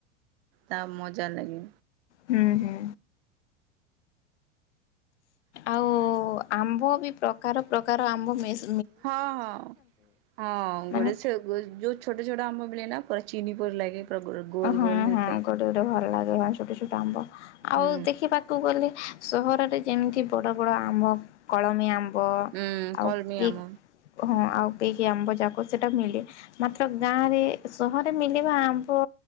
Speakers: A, on the right; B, on the left.
A: ତା ମଜା ଲାଗେ।
B: ହୁଁ ହୁଁ। ଆଉ ଆମ୍ବ ବି ପ୍ରକାର ପ୍ରକାର ଆମ୍ବ ମିଶ
A: ହଁ ହଁ ହଁ
B: ମାନେ
A: ଗୋଟେ ସେ ଯୋଉ ଛୋଟ ଛୋଟ ଆମ୍ବ ମ୍ବ ମିଳେ ନା ପୁରା ଚିନି ପରି ଲାଗେ ପୁରା ଗୋଲ
B: ଓ ହଁ
A: ଗୋଲ ହେଇଥାଏ।
B: ହଁ ଗୋଟେ ଗୋଟେ ଭଲ ଲାଗେ ଛୋଟ ଛୋଟ ଆମ୍ବ। ଆଉ
A: ହୁଁ
B: ଦେଖିବାକୁ ଗଲେ ସହରରେ ଯେମିତି ବଡ ବଡ ଆମ୍ବ କଳମୀ ଆମ୍ବ ମ୍ବ
A: ହୁଁ
B: ଆଉ
A: କଲମି
B: କି
A: ଆମ୍ବ।
B: ହଁ ଆଉ କେହି ଆମ୍ବ ଯାକ ସେଇଟା ମିଳେ ମାତ୍ର ଗାଁ ରେ ସହରେ ମିଳେବା ଆମ୍ବ